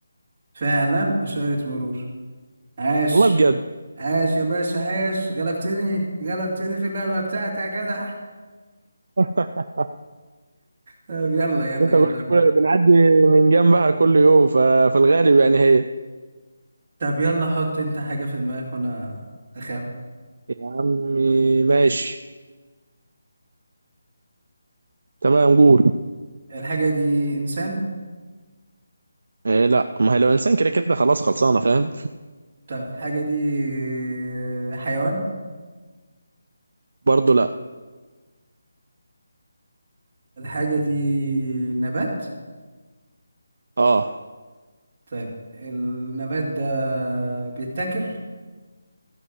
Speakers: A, on the right; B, on the right.
A: فعلا إشارة مرور عاش
B: والله بجد
A: عاش يا باشا عاش غلبتني غلبتني في اللعبة بتاعتي يا جدع
B: <laughs>
A: طب يلا يلا
B: انت قلت
A: يلا
B: كل بنعدي من جنبها كل يوم ففي الغالب يعني هي
A: طب يلا حط انت حاجة في دماغك وانا اخام
B: يا عمي ماشي تمام قول
A: الحاجة دي انسان
B: إيه لا ما هي لو انسان كده كده خلاص خلصانه فاهم
A: طب الحاجة دي آه، حيوان
B: برضه لا
A: الحاجة دي نبات
B: اه
A: طيب النبات ده بيتاكل